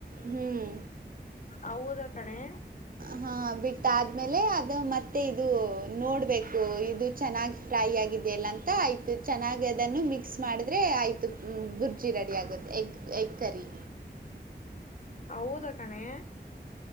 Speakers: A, on the right; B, on the left.
A: ಹ್ಮ್
B: ಹೌದ ತಣೆ
A: ಹಾ ಬಿಟ್ಟಾದ ಆದ್ಮೇಲೆ ಅದ ಇ ಮತ್ತೆ ಇದು ನೋಡ್ಬೇಕು ಇದು ಚೆನ್ನಾಗಿ ಫ್ರೈ ಆಗಿದಲ್ಲ ಅಂತ ಆಯ್ತ ಚೆನ್ನಾಗಿ ಅದನ್ನು ಮಿಕ್ಸ್ ಮಾಡಿದ್ರೆ ಆಯಿತು ಬುರ್ಜಿ ರೆಡಿ ಆಗುತ್ತೆ ಎಗ್ ಎಗ್ ಕರಿ
B: ಹೌದಾ ಕಣೆ